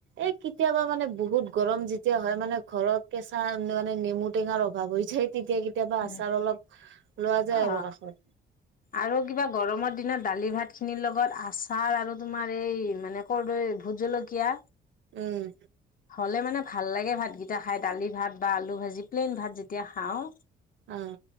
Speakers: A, on the right (about 70°); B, on the left (about 45°).
A: এ কেতিয়াবা মানে বহুত গৰম যেতিয়া হয় মানে ঘৰত কেঁচা মানে নেমু টেঙাৰ অভাৱ হৈ যায়। তেতিয়া কেতিয়াবা আচাৰ
B: উম
A: অলপ লোৱা যায়
B: অ,
A: আৰু কাষত
B: আৰু কিবা গৰমৰ দিনত দালি ভাত খিনিৰ লগত আচাৰ আৰু তোমাৰ এই মানে কৰৰ্দৈ, ভোট জলকীয়া
A: উম।
B: হলে মানে ভাল লাগে ভাতগিটা খাই। দালি ভাত বা আলু ভাজি প্লেইন ভাত যেতিয়া খাওঁ।
A: অ